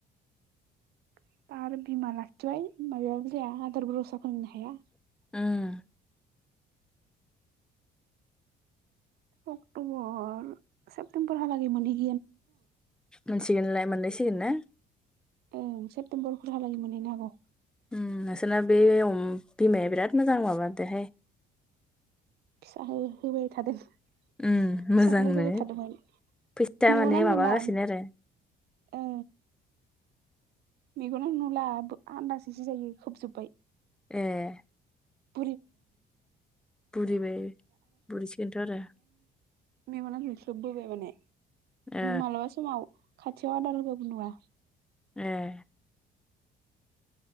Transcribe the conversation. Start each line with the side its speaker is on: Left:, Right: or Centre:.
Right: <unintelligible>
Centre: <inaudible>
Right: अक्ट'बर सेप्तेम्बर हालागै माोनहैयो
Centre: मोनसिगोनलाय मोनलायसिगोन ना
Right: औ सेप्तेम्बरफोर हालागै मोनहैनो हागौ
Centre: ओम नोंसोरना बे अमा बिमाया बिराद मोजां माबादोहाय
Right: फिसा होबाय थादों फिसाखौलाय
Centre: उम मोजांनो
Right: होबाय थादोंमोन
Centre: फैसा
Right: मेगनानो
Centre: माने माबागासिनो
Right: नुला
Centre: आरो
Right: औ मेगनानो नुला आन्दासैसो जायो खोबजोबबाय
Centre: एह
Right: <unintelligible>
Centre: बुरिबाय बुरिसिगोनथ' आरो
Right: मेगना जोख्लोबबोबाय माने
Centre: ओ
Right: मालाबा समाव खाथियाव अदार होबाबो नुवा।
Centre: एह।